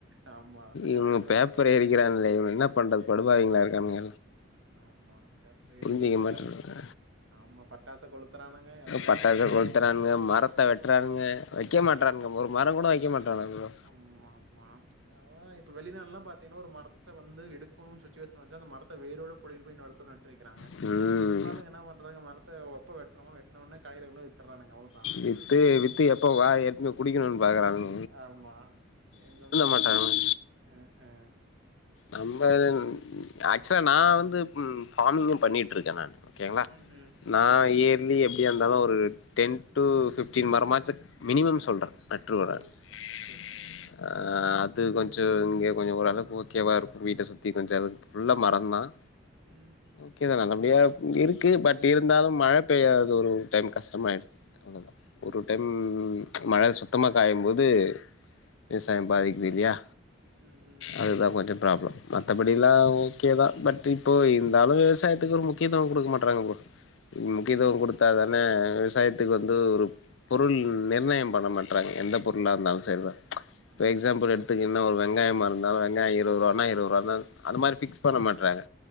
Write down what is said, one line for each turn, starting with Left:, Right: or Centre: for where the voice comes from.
Right: ஆமா
Left: இவங்க
Right: அந்த மாரிதா
Left: பேப்பர் எரிக்கிறான் இவ என்ன பண்றது படுபாவிங்களா இருக்காங்க
Right: ஆமா பேப்பர்
Left: புரிஞ்சிக்க
Right: எரிக்கிறானுங்க
Left: மாட்டிங்குறாங்க
Right: ஆமா பட்டாச கொளுத்துறானுங்க எல்லா
Left: பட்டாச
Right: பண்றானுங்க
Left: கொளுத்துறானுங்க மரத்தை வெட்டுறானுங்க வெக்க
Right: ஆ
Left: மாட்டறானுங்க ஒரு மரங் கூட வெக்க மாட்டானுங்க ப்ரோ
Right: ஆமா ஆமா அதா இப்ப வெளிநாடு எல்லாம் பார்த்தீங்கன்னா ஒரு மரத்தை வந்து எடுக்கணுனு சுச்சுவேஷன் வந்தா அந்த மரத்தை வேரோட புடுங்கிட்டு போய் இன்னொரு எடத்துல நட்டு வெக்கிறாங்க
Left: ப்ரோ ம்
Right: நம்மாளுங்க என்ன பண்றாங்க மரத்த ஒப்ப வெற்றமோ வெட்னவுனே கடைல கொண்டு போய் வித்துறானுங்க அவ்ளோதா
Left: வித்து வித்து எப்ப <unintelligible> குடிக்கணுனு பாக்குறாங்க
Right: ஆமா இந்த மாரி
Left: மாட்டானுங்க
Right: ஆயிர்ச்சு உ உ <inaudible>
Left: நம்ம ஆக்சுவலா நா
Right: ம்
Left: வந்து ஃபார்மிங்கும் பண்ணிட்ருக்கே நானு ஓகேங்களா
Right: ம் ம்
Left: நா எ லி எப்டியா இருந்தாலும் ஒரு டென் டூ ஃபிஃப்டீன் மரமாச்சு மினிமம் சொல்றே <unintelligible>
Right: ஓ ஓகே ஓகே ஓகே
Left: அது கொஞ்ச ச இங்க கொஞ்ச ஓரளவு முக்கியவா இருக்கு வீட்ட சுத்தி <unintelligible> ஃபுல்லா மரந்தான்
Right: ம்
Left: ஓகேதானங்க அப்டியா இருக்கு பட் இருந்தாலு மழ பெய்யாதது ஒரு டைம் கஷ்டமாய்டு
Right: ஓ
Left: ஒரு டைம்
Right: ஓகே ஓகே
Left: மழ சு த்தமா காயம்போது விவசாயம்
Right: ம்
Left: பாதிக்குது இல்லயா
Right: ம் ம் ம்
Left: அதுதா கொஞ் ச ப்ராப்ள மத்தபடிலா ஓகேதா பட் இப்போ இருந்தாலு விவசாயத்துக்கு ஒரு முக்கியத்துவ குடுக்க மாட்றாங்க ப்ரோ உம் முக்கியத்துவ குடுத்தாதா ன விவசாயத்துக்கு வந்து ஒரு பொருள் நிர்ணயம் பண்ண மாட்றாங்க எந்த பொருளா இருந்தாலு செர் தா இப்ப
Right: ஆமா
Left: எக்ஸாம்பிள் எடுத்துக்கிங் இன்ன ஒரு வெங்காயமா இருந்தாலு வெங்காய இருவது வானா இருவதுவாதா அந்த மாரி ஃபிக்ஸ் பண்ண மாட்றாங்க